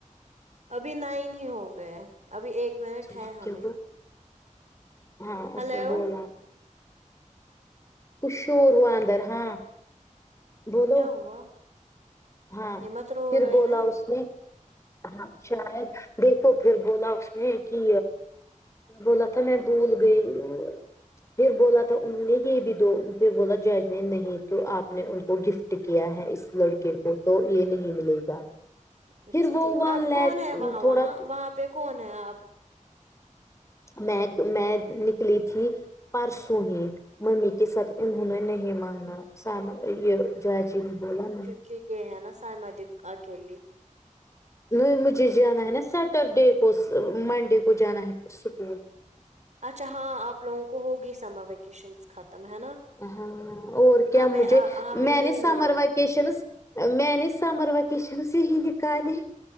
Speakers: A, on the right; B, on the left.
A: ابھی نائن ہی ہو گئے ابھی ایک منٹ
B: <unintelligible>
A: ہے ہمیں
B: ہاں اس
A: ہلو
B: نے بولا کچھ شور ہوا اندر ہاں بولو
A: کیا ہوا
B: ہاں
A: یہ مت رو
B: پھر
A: رہے
B: بولا
A: ہیں
B: اس نے ہاں شاید دیکھو پھر بولا اس نے کہ بولا تھا میں بھول گئی ہو پھر بولا تھا انہوں نے کہ یہ بھی دو پھر بولا جج نے نہیں تو آپ نے ان کو گفٹ کیا ہے اس لڑکے کو تو یہ نہیں ملے گا
A: اچھا
B: پھر وہ
A: ٹھیک
B: ون
A: اب
B: لیک
A: کون ہے وہاں
B: تھوڑا
A: وہاں وہاں پہ کون ہے آب
B: میں میں نکلی تھی پرسوں ہی ممی کے ساتھ انہوں نے نہیں مانا سام یہ جاجی نے بولا ن
A: کی یہ ہے نا سائ <unintelligible> مد آکی لی
B: نہیں مجھے جانا ہے نا سیٹرڈے کو س منڈے کو جانا ہے اور اسکول
A: اچھا ہاں آپ لوگوں کو ہوگی سمر ویکیشنس ختم ہے نا
B: ہاں اور کیا
A: ہمیں
B: مجھے
A: ہمیں
B: میں
A: نہیں
B: نے
A: ہوئی
B: سمر
A: ابھی
B: وکیشنز میں نے سمر وکیشنز سے ہی نکالی